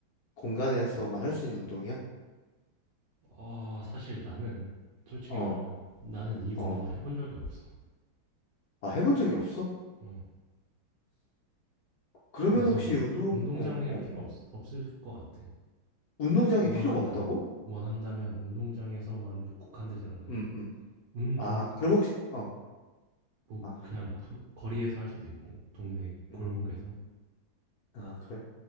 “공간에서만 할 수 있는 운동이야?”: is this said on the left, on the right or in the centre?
Left